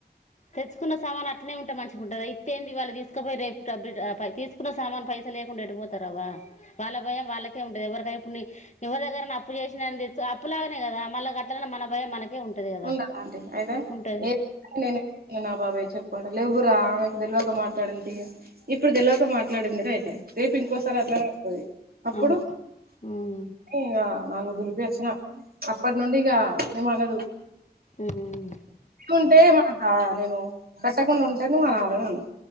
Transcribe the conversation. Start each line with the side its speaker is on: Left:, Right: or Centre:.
Left: తెచ్చుకున్న సామానులు అట్నే ఉంటే మంచిగుంటద అయితే ఏంది వాళ్ళు తీసుకుపోయి రేపు డబ్ల్ తీసుకున్న సామాను పైసాలియకుండా వెడిపోతరవ్వ వాళ్ళ భయం వాళ్ళకి ఉంటది ఎవరికై ఇప్పుడు నిక్ దగ్గర అప్పు చేసిన అప్పులాగానే కదా మళ్ళ కట్టాలని మన భయం మనక్ కే ఉంటది కదా
Right: ఉండదా ఆంటీ అయితే
Left: ఉంటది
Right: ఏ నేను నా బాబాయి చెప్పండి లేవ్వురా ఆమెకు తేల్వక మాట్లాడింది ఇప్పుడు తేల్వాక మాట్లాడిందిగా అయితే రేపు ఇంకోసారి అట్లానే అంటది అప్పుడు
Left: అవును ఉమ్
Right: ఇంగ నాలుగు దులిపి వచ్చిన అప్పటి నుండి ఇగ ఏమనదు
Left: ఉమ్
Right: ఉంటే మా నేను కట్టకుండా ఉంటే నువ్వు అనాలే నన్ను